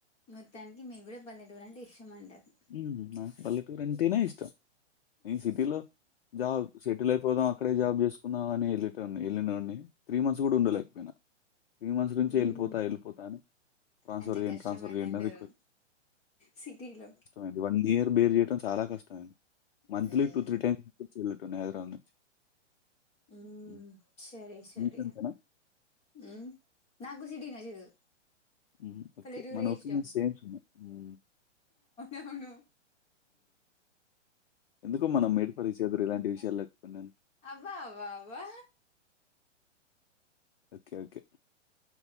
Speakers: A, on the left (about 15°); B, on the left (about 55°).
A: మొత్తానికి మీకు కూడా పల్లెటూరు అంటే ఇష్టం అంటరు.
B: హ్మ్ నాకు పల్లెటూరు అంటేనే ఇష్టం. నేను సిటీలో జాబ్ సెటీల్ అయిపోదాం అక్కడే జాబ్ చేసుకుందాం అని వెళ్ళేటోన్ని వెళ్ళినోన్ని త్రీ మంత్స్ కూడా ఉండలేకపోయినా.
A: ఉమ్
B: త్రీ మంత్స్ నుంచే
A: హ్మ్
B: ఎళ్ళిపోతా ఎళ్ళిపోతా అని ట్రాన్స్ఫర్
A: అంత
B: చేయండి
A: కష్టమైందంటరు
B: ట్రాన్స్ఫర్ చేయండి అని
A: సిటీలో.
B: నాకు వన్ ఇయర్ బేర్ చేయడం చాలా కష్టమైంది. Monthly
A: hmm
B: two three times వచ్చి వెళ్ళె టోన్ని హైదరాబాదు నుంచి.
A: హ్మ్
B: ఉమ్.
A: సరే సరే.
B: మీకంతేనా
A: హ్మ్ నాకు సిటీ నచ్చదు.
B: హ్ ఓకే
A: పల్లెటూరే
B: మన ఒపీనియన్
A: ఇష్టం
B: సేమ్స్ ఉన్నయి. హ్
A: అవునవును.
B: ఎందుకో మనం మేడ్ ఫర్ ఇచ్ అదర్ ఇలాంటి విషయాల్లో ఎక్కువ
A: అబ్బా అబ్బా అబ్బా
B: ఓకే ఓకే